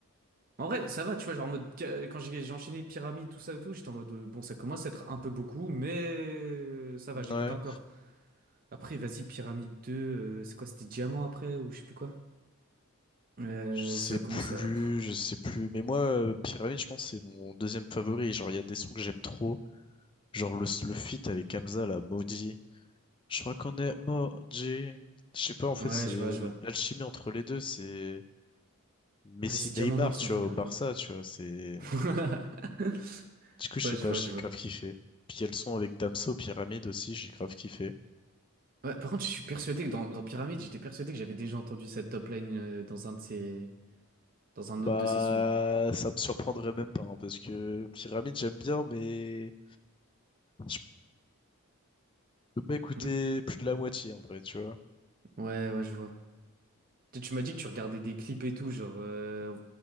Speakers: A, on the right; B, on the left.
A: En vrai,
B: Mm.
A: ça va, tu vois, genre en mode ca- quand j'ai j'ai enchaîné pyramide, tout ça et tout, j'étais en mode euh, bon, ça commence à être un peu beaucoup, mais euh, ça
B: Ouais.
A: va, j'écoute encore. Après, vas-y, pyramide 2 euh, c'est quoi, c'était diamant après ou je sais plus quoi. Euh,
B: Je sais
A: ça a
B: plus,
A: commencé à... pff.
B: je sais plus. Mais moi, euh, Pyramide, je pense que c'est mon deuxième favori. Genre, il y a des sons que j'aime trop. Genre, le, le feat avec Hamza, la maudit. Je crois qu'on est maudit. Je sais pas, en fait,
A: Ouais,
B: c'est
A: je vois, je vois.
B: l'alchimie entre les deux. C'est Messi-Neymar,
A: Ouais, c'est Diamant Noir, son
B: tu
A: dernier
B: vois, au Barça,
A: album.
B: tu vois. C'est...
A: <laughs>
B: Du coup, je
A: Ouais,
B: sais
A: je
B: pas,
A: vois,
B: j'ai
A: je vois.
B: grave kiffé. Puis, il y a le son avec Damso, Pyramide aussi, j'ai grave kiffé.
A: Ouais, par contre, je suis persuadé que dans, dans Pyramide, j'étais persuadé que j'avais déjà entendu cette top line euh, dans un de ses... dans un
B: Bah,
A: autre de ses sons.
B: ça me surprendrait même pas, hein, parce que Pyramide, j'aime bien, mais je peux pas écouter
A: Hmm
B: plus de la moitié, en vrai, tu vois.
A: Ouais, ouais, je vois. Tu, tu m'as dit que tu regardais des clips et tout, genre... euh,